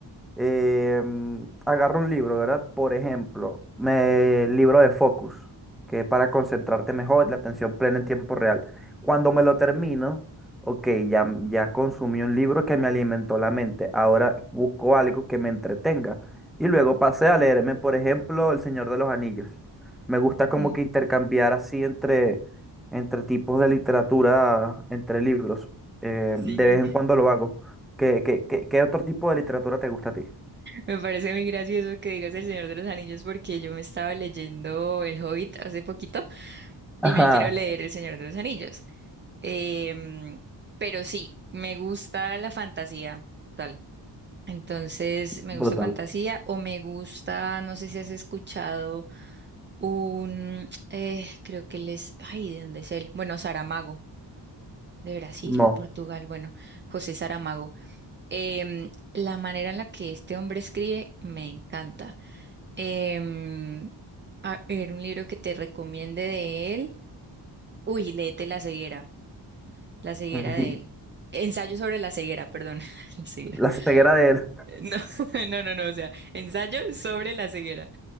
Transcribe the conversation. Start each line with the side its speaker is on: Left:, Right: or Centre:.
Centre: em, agarro un libro, ¿verdad? Por ejemplo, me, el libro de Focus, que es para concentrarte mejor, la atención plena en tiempo real. Cuando me lo termino, ok, ya, ya consumí un libro que me alimentó la mente. Ahora busco algo que me entretenga. Y luego pasé a leerme, por ejemplo, El Señor de los Anillos. Me gusta como
Right: mm,
Centre: que intercambiar así entre, entre tipos de literatura, entre libros. Eh,
Right: sí.
Centre: de vez en cuando lo hago. ¿Qué, qué, qué, qué otro tipo de literatura te gusta a ti?
Right: Me parece muy gracioso que digas El Señor de los Anillos porque yo me estaba leyendo El Hobbit hace poquito
Centre: Ajá,
Right: y me quiero leer El Señor de los Anillos. Em, pero sí, me gusta la fantasía, total. Entonces, me
Centre: brutal.
Right: gusta fantasía o me gusta, no sé si has escuchado un, eh, creo que él es, ay, ¿de dónde es él? Bueno, Saramago, de Brasil
Centre: No.
Right: o de Portugal, bueno, José Saramago. Em, la manera en la que este hombre escribe me encanta. Em, a ver, un libro que te recomiende de él. Uy, léete La ceguera, La ceguera
Centre: Ujú.
Right: de él. Ensayo sobre la ceguera, perdón, <laughs> la ceguera.
Centre: La ceguera de él.
Right: Eh, No, <laughs> no, no, no, o sea, ensayo sobre la ceguera.